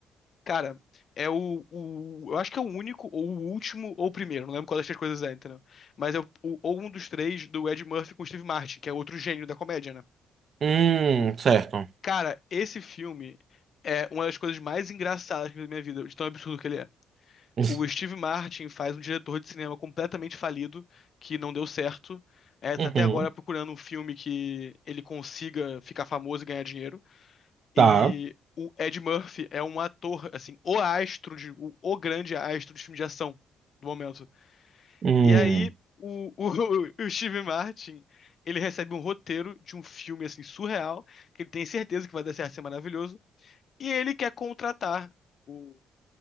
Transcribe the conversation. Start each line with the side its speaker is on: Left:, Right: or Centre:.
Left: Cara, é o, o. Eu acho que é o único, ou o último, ou o primeiro. Não lembro qual das três coisas é, entendeu? Mas é o, o- ou um dos três do Ed Murphy com o Steve Martin, que é outro gênio da comédia, né?
Right: Hum, certo.
Left: Cara, esse filme é uma das coisas mais engraçadas que eu vi na minha vida, de tão absurdo que ele é.
Right: <laughs>
Left: O Steve Martin faz um diretor de cinema completamente falido, que não deu certo. É,
Right: Uhum,
Left: tá até agora procurando um filme que ele consiga ficar famoso e ganhar dinheiro.
Right: tá.
Left: E o Ed Murphy é um ator, assim, o astro, de, o, o grande astro de filme de ação do momento.
Right: Hum.
Left: E aí, o, o, <laughs> o Steve Martin, ele recebe um roteiro de um filme, assim, surreal, que ele tem certeza que vai dar certo, ser maravilhoso. E ele quer contratar o,